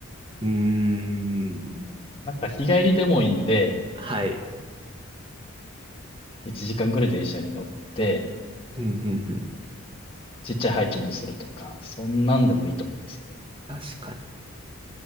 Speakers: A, on the right; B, on the left.
A: うーん。
B: なんか日帰りでもいいんで、
A: はい。
B: 1時間ぐらい電車に乗って、
A: うん、うん、うん。
B: ちっちゃいハイキングするとか、そんなんでもいいと思うんですよね。
A: 確かに。